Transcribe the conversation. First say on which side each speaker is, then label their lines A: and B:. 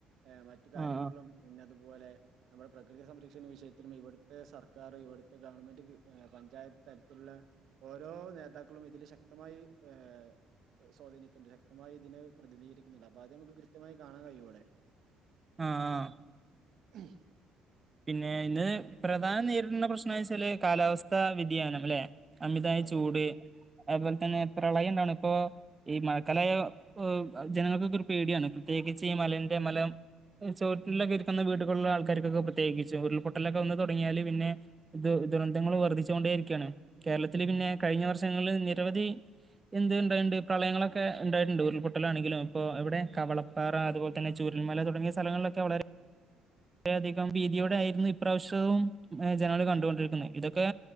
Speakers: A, on the right; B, on the right.
A: എഹ് മറ്റു കാര്യങ്ങളിലും
B: ആഹ്
A: പിന്നതും പോലെ നമ്മള പ്ര കൃതി സംരക്ഷണ വിഷയത്തിലും ഇവട്ത്തെ സർ ക്കാർ ഇവട്ത്തെ ഗവൺമെന്റ്ക് ഏഹ് പഞ്ചായ ത്തല്ത്തിൽള്ളെ ഓരോ നേതാ ക്കളും ഇതില് ശ ക്തമായി ഏഹ് സ്വാധീനിക്ണ്ട് ശക്തമായി ഇതിനെ പ്രധിതീകരിക്ക്ന്ന്ണ്ട്. അപ്പൊ അത്‌ നമുക്ക് കൃത്യമായി കാണാൻ കഴിയും വടെ.
B: ആഹ് ആഹ്
A: ഉം
B: പിന്നെ ഇന്ന് പ്രധാന നേരിടുന്ന പ്രശ്നംവെച്ചാല് കാലാവസ്ഥാ വ്യതിയാനം ലെ അമിതായ
A: അതെ
B: ചൂട്
A: അതെ
B: അഹ്പോലെ തന്നെ പ്രളയണ്ടാവ്ണ ഇപ്പോ ഈ മഴക്കാലായാ ഏഹ് ജനങ്ങൾക്കൊക്കെ ഒരു പേടിയാണ്. പ്രത്യേകിച്ച് ഈ മലന്റെ മല ചോട്ടിലൊക്കെ ഇരിക്കുന്ന വീടുകൾലെ ആൾക്കാര്ക്കൊക്കെ പ്ര ത്യേകിച്ചും. ഉരുൾപ്പൊട്ടലൊക്കെ വന്ന് തൊടങ്ങിയാല് പിന്നെ ദു ദുരന്തങ്ങൾ വർധിച്ചുകൊണ്ടേ ഇരിക്കാണ്. കേരളത്തില് പിന്നെ കഴിഞ്ഞ വർഷങ്ങൾല് നിരവധി എന്ത് ണ്ടാവ്ണ്ട് പ്രളയങ്ങളൊക്കെ ഉണ്ടായിട്ട്ണ്ട് ഉരുൾ പൊട്ടലാണെങ്കിലും ഇപ്പൊ എവിടെ കവളപ്പാറ അത്പോൽതന്നെ ചൂരൽമല തുടങ്ങിയ സ്ഥലങ്ങളിലൊക്കെ വളരെ അതി കം ഭീതിയോടെ ആയിരുന്നു ഇപ്രാശ്യവും ജനങ്ങൾ കണ്ടുകൊണ്ടിരിക്കുന്നെ. ഇതൊക്കെ